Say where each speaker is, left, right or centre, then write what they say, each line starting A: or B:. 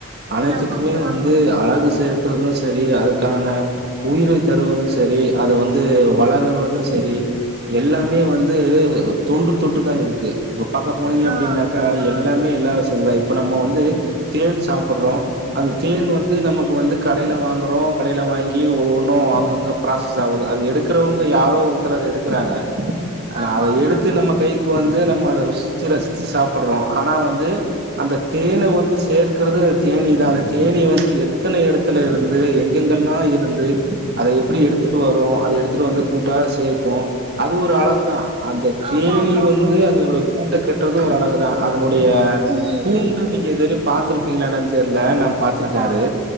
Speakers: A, on the right; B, on the right.
A: அனைத்துக்குமே
B: ஆமா ஆமா
A: வந்து
B: ம்
A: அழகு சேர்க்குறது செரி அதுக்கான உயிரை தருவது சரி அத வந்து வளருவது சரி எல்லாமே வந்து தொன்று தொட்டு தான் இருக்கு இப்ப பாக்க போனீங்க அப்டின்னாக்கா
B: ஆ
A: எல் எல்லாமே இலவசந்தா இப்ப நம்ம வந்து தேன் சாப்புட்றோ அந்த தேன் வந்து நமக்கு வந்து கடைல வாங்குறோ கடைல வாங்கி ஒவ்வொன்னு அங்கங் க ப்ராசஸ் ஆவுது அது எடுக்கறவங்க யாரோ ஒருத்தர் அத எடுக்குறாங்க ஆனா
B: ஆமா
A: அத
B: ஆமா
A: எடுத்து
B: ம்
A: நம்ம கைக்கு வந்து நம்ம அத ருசிச்சு ரசிச்சு சாப்புட்றோ ஆனா வந்து அந்த தேன வந்து சேர்க்கறது அந்த தேனீ தா அந்த தேனீ வந்து எத்தன எடத்து த்துல இருந்து எங்கெங்கெல்லா இருந்து அத எப்டி எடுத்துட்டு வரு அத எடுத்துட்டு வந்து கூட்டா சேக்கு அது ஒரு அழகுதா அந்த தேனீ
B: ஆமா ஆமா
A: வந்து அதனுடைய கூட்ட கட்றது ஒரு அழகுதா அதனுடைய
B: ம்
A: கூண்டு நீங்க
B: ம்
A: இது வரையு பாத்துருப்பீங்களான் என்னனு தெரில நம் பாத்துருக்காரு
B: ஆ